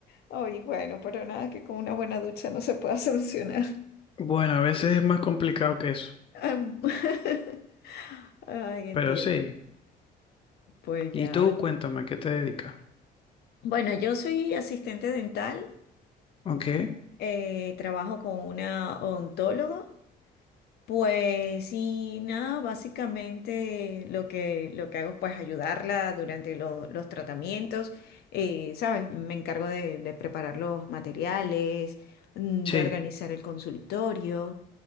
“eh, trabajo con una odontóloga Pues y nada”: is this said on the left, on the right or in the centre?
Left